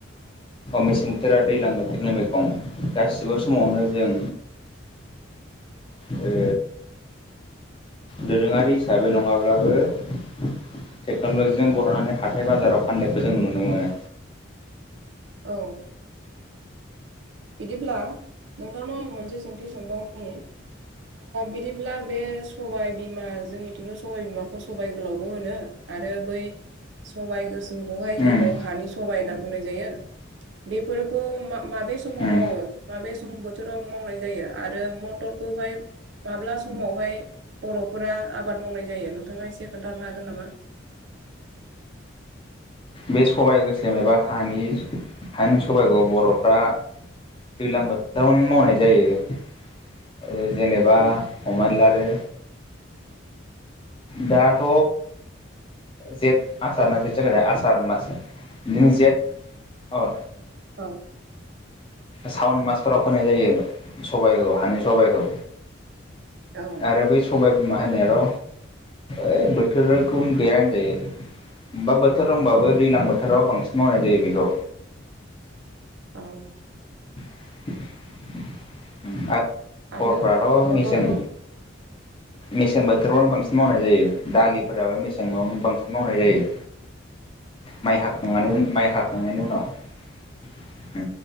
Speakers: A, on the left; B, on the right.
A: मेसें बोथोरा दैज्लां बोथोरनि मैगं गासिबो समावनो जों ओ दोरोङारि हिसाबै नङाब्लाबो टेक्न'ल'जिजों बर'नानै हाथाय बाजाराव फाननायखौ जों नुनो मोनो
B: औ बिदिब्ला नोंथांनाव आं मोनसे सोंथि सोंबावनि बिदिब्ला बे सबायबिमा जोंनिथिथ' सबायबिमाखौ सबाइ गोलावबो होनो आरो बै सबाइ गोसोमखौहाय
A: उम
B: जायखौ हानि सबाइ होनना बुंनाय जायो बेफोरखौ माबे समाव
A: उम
B: मावो माबे सम बोथोराव मावनाय जायो आरो मथरखौहाय माब्ला समावहाय बर'फोरा आबाद मावनाय जायो नोंथाङा एसे खोन्थाहरनो हागोन नामा
A: बे सबाय गोसोम एबा हानि हानि सबाइखौ बर'फ्रा दैज्लां बोथोरावनो मावनाय जायो जेनेबा
B: औ
A: हमनानै लादो दाथ' जेठ आसार ना जे ज आसार मास बिदिनो जेठ औ
B: औ
A: सावन मासफोराव फोनाय जायो सबाइखौ हानि सबाइखौ
B: औ
A: आरो बै सबाय बिमा होनाय र' ओइ बोथोरखौ गैया होनजायो हा बोथोर दबाबो
B: औ
A: दैज्लां बोथोराव बांसिन मावनाय जायो बेखौ
B: औ
A: <inaudible> आरो
B: आरो
A: हरफ्राथ'
B: मटरखौ
A: मेसें मेसें बोथोरावनो बांसिन मावनाय जायो दालिफोराबो मेसेंयावनो बांसिन मावनाय जायो
B: <inaudible>
A: माइ हाखांनानै
B: औ
A: उ माइ हाखांनायनि उनाव